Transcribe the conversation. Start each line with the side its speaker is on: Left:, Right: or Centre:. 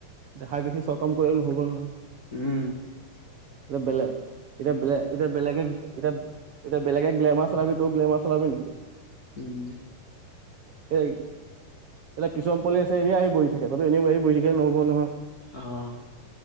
Right: দেখাই দেখি চব কাম কৰিলে নহ'ব নহয়। এতিয়া
Left: উম
Right: বেলেগ এতিয়া বেলে এতিয়া বেলেগে এতিয়া এতিয়া বেলেগে গ্লেমাৰ চলাবি ত গ্লেমাৰ চলাবি নেকি
Left: উম
Right: এতিয়া কিছুমান পোৱালি আছে এ আহি বহি থাকে জান। এনে <unintelligible> <unintelligible>
Left: আহ।